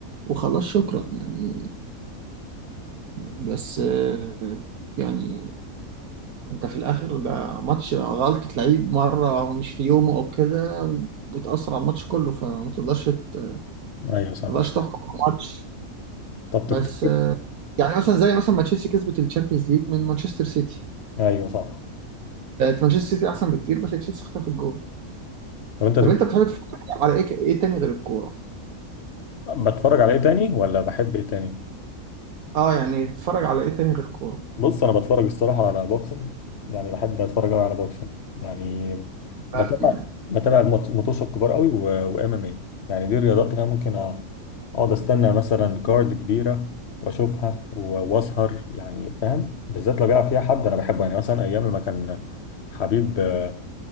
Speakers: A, on the right; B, on the left.
A: وخلاص شكرا يعني بس آه، يعني انت في الاخر ده ماتش غلطة لعيب مرة مش في يومه او كده بتأثر على الماتش كله فما تقدرش ت- ما
B: ايوه صح
A: تقدرش تحكم على الماتش
B: طب
A: بس
B: تفتكر
A: آه، يعني مثلا زي مثلا ما تشيلسي كسبت الشامبيونز ليج من مانشستر سيتي
B: ايوه صح
A: آه، مانشستر سيتي احسن بكتير بس تشيلسي خطف الجول
B: طب انت تفتكر
A: طب انت بتحب تتفرج على ايه ايه تاني غير الكورة
B: بتفرج على ايه تاني ولا بحب ايه تاني
A: اه يعني اتفرج على ايه تاني غير كورة
B: بص انا بتفرج الصراحه على بوكسنج يعني بحب اتفرج أوي على بوكسنج يعني بتابع
A: معاك معايا.
B: بتابع المط- المطوشه الكبار قوي وام ام اي يعني دي الرياضات اللي انا ممكن أ- اقعد استنى مثلا كارد كبيره واشوفها و- واسهر يعني فاهم بالذات لو بيلعب فيها حد انا بحبه يعني مثلا ايام لما كان حبيب آه،